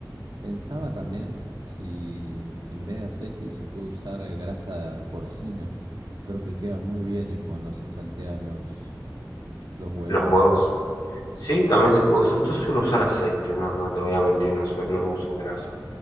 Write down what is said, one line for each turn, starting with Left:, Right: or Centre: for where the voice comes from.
Right: Pensaba también si en vez de aceite se puede usar eh, grasa porcina. Creo que queda muy bien eh, cuando se saltean los, los huevos.
Left: Los huevos, sí, también se puede usar. Yo suelo usar aceite, no, no te voy a mentir, no, sue- no uso grasa.